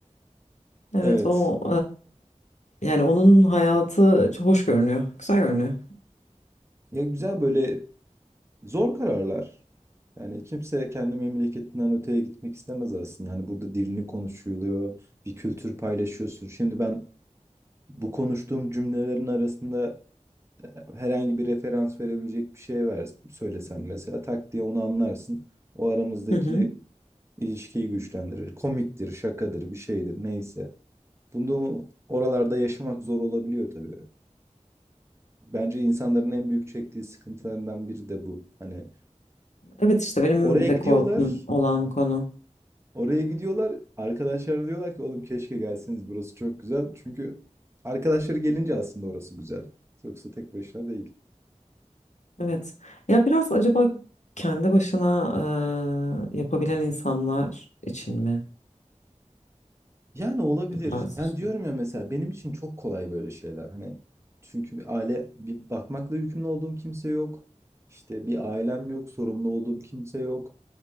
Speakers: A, on the left; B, on the right.
A: Evet
B: Evet.
A: o e, yani onun hayatı çok hoş görünüyor. Güzel görünüyor.
B: Ya güzel böyle zor kararlar. Yani kimse kendi memleketinden öteye gitmek istemez aslında. Hani burada dilini konuşuluyor, bir kültür paylaşıyorsun. Şimdi ben bu konuştuğum cümlelerin arasında herhangi bir referans verebilecek bir şey ver, söylesen mesela tak diye onu anlarsın. O aramızdaki
A: Hı hı.
B: ilişkiyi güçlendirir. Komiktir, şakadır, bir şeydir neyse. Bunu oralarda yaşamak zor olabiliyor tabii. Bence insanların en büyük çektiği sıkıntılarından biri de bu. Hani
A: Evet işte benim
B: oraya gidiyorlar,
A: de korkum olan konu.
B: oraya gidiyorlar. Arkadaşlar diyorlar ki oğlum keşke gelseniz burası çok güzel. Çünkü arkadaşları gelince aslında orası güzel. Yoksa tek başına değil.
A: Evet. Ya biraz acaba kendi başına eee, yapabilen insanlar için mi
B: Yani olabilir.
A: bu tarz
B: Yani
A: işte?
B: diyorum ya mesela benim için çok kolay böyle şeyler. Hani çünkü bir aile bir bakmakla yükümlü olduğum kimse yok. İşte bir ailem yok, sorumlu olduğum kimse yok.